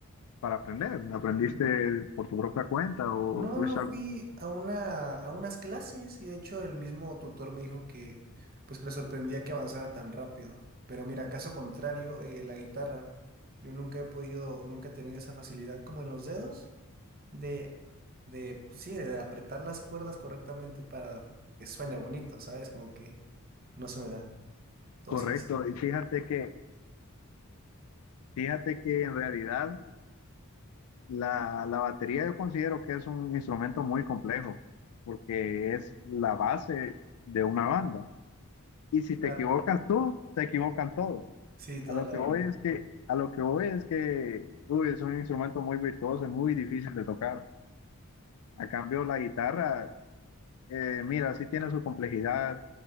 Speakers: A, on the left; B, on the right.
A: para aprender? ¿Aprendiste por tu propia cuenta o
B: No,
A: tuviste
B: no fui
A: algo?
B: a una, a unas clases y de hecho el mismo tutor me dijo que pues que le sorprendía que avanzara tan rápido. Pero mira, caso contrario, eh, la guitarra, yo nunca he podido, nunca he tenido esa facilidad como en los dedos de, de pues sí, de apretar las cuerdas correctamente para que suene bonito, ¿sabes? Como que no se me da. Entonces,
A: Correcto, y fíjate que, fíjate que en realidad la, la batería yo considero que es un instrumento muy complejo, porque es la base de una banda. Y si
B: claro,
A: te equivocas tú, te equivocan todos.
B: sí, toda
A: A lo
B: la
A: que
B: banda.
A: Sí. voy Sí. es que, a lo que voy es que, uy, es un instrumento muy virtuoso y muy difícil de tocar. A cambio, la guitarra, eh, mira, sí tiene su complejidad